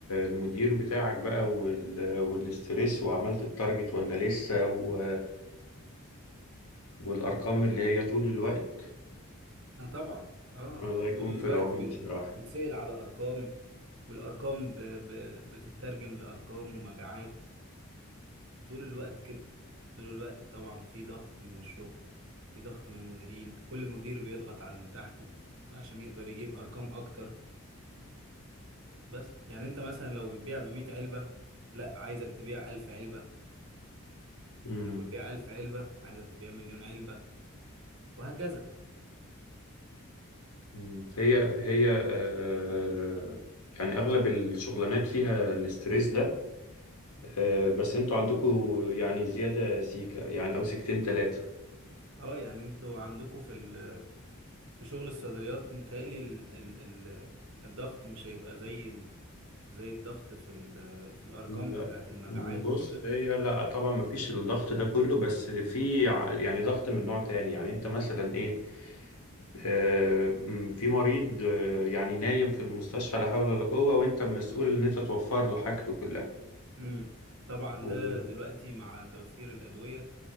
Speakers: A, on the left; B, on the right.
A: المدير بتاعك بقى وال- والاسترس وعملت التارجت ولا لسه و... والأرقام اللي هي طول الوقت
B: اه طبعا اه
A: الله يكون
B: طول
A: في
B: الوقت
A: العون
B: بي-
A: بصراحة
B: بتسأل على أرقام والأرقام ب... ب... بتترجم لأرقام ومبيعات طول الوقت كده طول الوقت طبعا في ضغط من الشغل في ضغط من المديرين كل مدير بيضغط على اللي تحته علشان يقدر يجيب أرقام أكتر بس يعني أنت مثلا لو بتبيع بمية علبة لا عايزك تبيع ألف علبة
A: مم.
B: لو بتبيع ألف علبة عايزك تبيع مليون علبة وهكذا
A: مم. هي هي آه، يعني أغلب الشغلانات فيها الاسترس ده آه، بس انتوا عندكوا يعني زيادة سيكة يعني أو سيكتين تلاتة
B: اه يعني انتوا عندكم في ال في شغل الصيدليات متهيألي ال ال ال الضغط مش هيبقى زي ال زي الضغط في ال في الأرقام
A: لا
B: بتاعة المبيعات
A: بص
B: وكده
A: هي لا طبعا مفيش الضغط ده كله بس في ع- يعني ضغط من نوع تاني يعني انت مثلا ايه آه، م- في مريض آه، يعني نايم في المستشفى لا حول ولا قوة وانت مسؤول ان انت توفر له حاجته كلها
B: امم طبعا
A: و...
B: ده دلوقتي مع توفير الأدوية